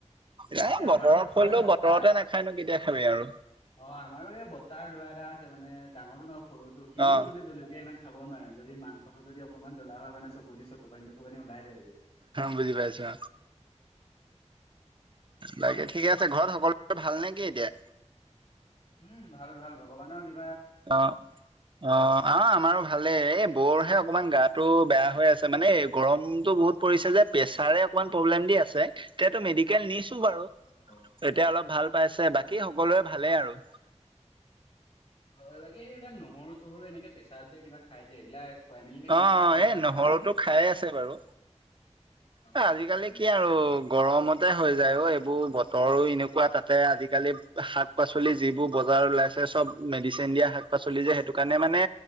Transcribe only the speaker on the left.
আমাৰো
ওচৰৰে
বৰ্তা
অ, আমাৰো এই বতাৰ লৰা এটা আছে মানে ডাঙৰটো নহ সৰুটো সিও
মানে জলকীয়া ইমান খাব নোৱাৰাৰে যদিাংসটো যদি অকমান জ্বলা হয় মানে চকু দি চকু পানীটকু পানী ওলাই যায়।
উম, ভাল ভাল ভগৱানৰ কৃপা
অ অ।
অ
হয় লে এইবিলাক নহৰু চহৰু এনেকে পেছাদ যে কিবা খাই যে এইবিলাক খুৱাই মেলি থাকিবিচোন
তেতিয়া
ভালে হৈ থাকিব।
অ',
অ',
ঠিকে
আছে
ঠিকে আছে